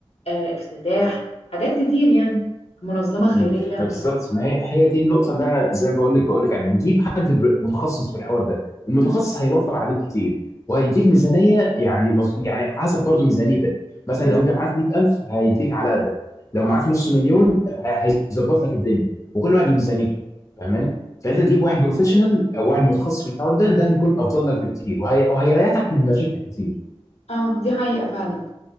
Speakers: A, on the left; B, on the left.
A: آه، افتتاح حاجات كتير يعني منظمه خيريه
B: مم. ما بالظبط ما هي هي دي النقطة اللي أنا زي ما بقول لك بقول لك عليها نجيب حد بر- متخصص في الحوار ده المتخصص
A: م- م.
B: هيوفر عليك كتير وهيديك ميزانية يعني مز... يعني حسب برضو ميزانيتك مثلا
A: بالظبط
B: لو أنت معاك 100000 هيديك على قدك لو معاك نص مليون ه- هيظبط لك الدنيا وكل واحد وميزانيته فاهماني فأنت تجيب واحد بروفيشنال أو واحد متخصص في الحوار ده ده هيكون أفضل لك بكتير وهي... وهيريحك من مشاكل كتير
A: اه دي حقيقه فعلا